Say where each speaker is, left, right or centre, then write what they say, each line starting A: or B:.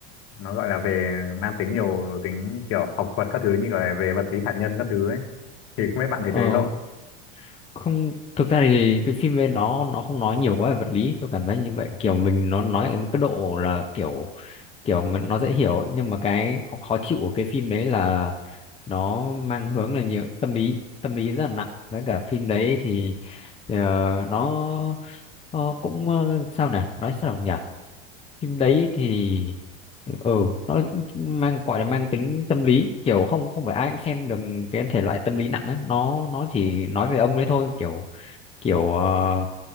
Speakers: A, on the left; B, on the left.
A: nó gọi là về mang tính nhiều tính kiểu học thuật các thứ như gọi là về vật lý hạt nhân các thứ ấy thì không biết bạn thấy
B: Ờ,
A: thế không
B: không thực ra thì cái phim lên nó nó không nói nhiều quá về vật lý tôi cảm thấy như vậy kiểu mình nó nói ở một cái độ là kiểu kiểu nó dễ hiểu ấy. nhưng mà cái khó, khó chịu của cái phim đấy là nó mang hướng là nhiều tâm lý tâm lý rất là nặng với cả phim đấy thì ờ, nó nó cũng ờ, sao nào nói sao nhỉ phim đấy thì ừ nó mang gọi là mang tính tâm lý kiểu không không phải ai cũng xem được cái thể loại tâm lý nặng ấy nó nó chỉ nói về ông ấy thôi kiểu kiểu ờ,